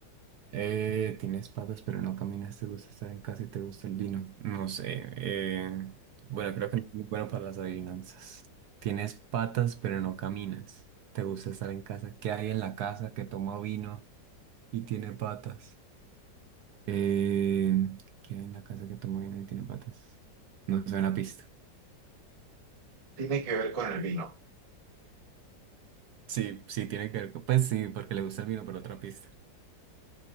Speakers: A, on the right (about 65°); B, on the right (about 30°).
A: Eh, tienes patas pero no caminas, te gusta estar en casa y te gusta el vino. No sé. eh, bueno, creo que no es muy bueno para las adivinanzas. Tienes patas pero no caminas, te gusta estar en casa. ¿Qué hay en la casa que toma vino y tiene patas? Eh, ¿qué hay en la casa que toma vino y tiene patas? No sé, una pista.
B: tiene que ver con el vino.
A: Sí, sí, tiene que ver. con- Pues sí, porque le gusta el vino, pero otra pista.